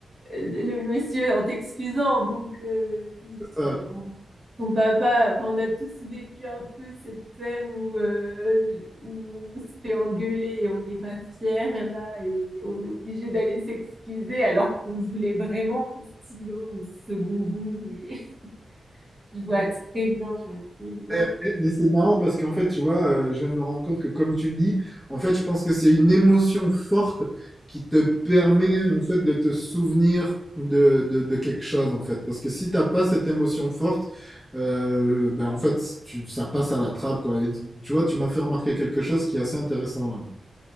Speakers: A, on the right; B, in the centre.
A: le monsieur en t'excusant. Donc, euh, oui,
B: Ça.
A: c'est- on- son papa, enfin, on a tous vécu un peu cette scène où, euh, où on se fait engueuler et on n'est pas fier et là et on est obligé d'aller s'excuser alors qu'on le voulait vraiment, ce stylo ou ce bonbon. Et <laughs> je vois très bien, je vois très bien.
B: Eh, eh, Mais c'est marrant parce qu'en fait, tu vois, euh, je viens de me rendre compte que comme tu le dis, en fait, je pense que c'est une émotion forte qui te permet en fait de te souvenir de, de- de quelque chose en fait. Parce que si t'as pas cette émotion forte, euh, ben en fait, tu- ça passe à la trappe quoi. Et tu tu vois, tu m'as fait remarquer quelque chose qui est assez intéressant. ouais.